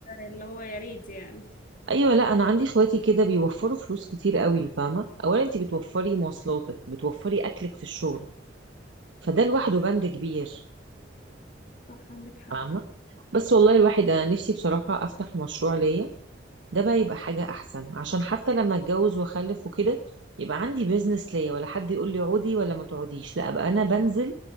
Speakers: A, on the left; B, on the right.
A: اللي هو يا ريت يعني
B: ايوه لا انا عندي اخواتي كده بيوفروا فلوس كتير قوي فاهمه اولا انت بتوفري مواصلاتك بتوفري اكلك في الشغل فده لوحده بند كبير
A: صح عندك حق
B: فاهمه بس والله الواحد انا نفسي بصراحه افتح مشروع ليا ده بقى يبقى حاجه احسن عشان حتى لما اتجوز واخلف وكده يبقى عندي بيزنس ليا ولا حد يقول لي عودي ولا ما تقعديش لا ابقى انا بنزل